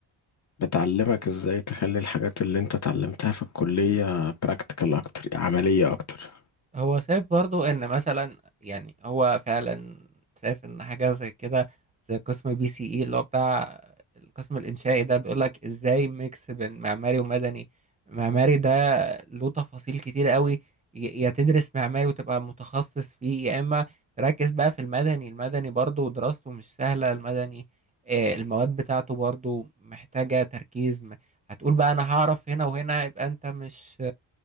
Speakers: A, on the left; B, on the right.
A: بتعلمك ازاي تخلي الحاجات اللي انت اتعلمتها في الكلية براكتيكال اكتر عملية اكتر
B: هو شايف برضو ان مثلا يعني هو فعلا شايف ان حاجه زي كده زي قسم بي سي اي اللي هو بتاع القسم الانشائي ده بيقول لك ازاي ميكس بين معماري ومدني معماري ده له تفاصيل كتير قوي ي- يا تدرس معماري وتبقى متخصص فيه يا اما تركز بقى في المدني المدني برضو دراسته مش سهله المدني آه، المواد بتاعته برضو محتاجه تركيز م- هتقول بقى انا هعرف هنا وهنا يبقى انت مش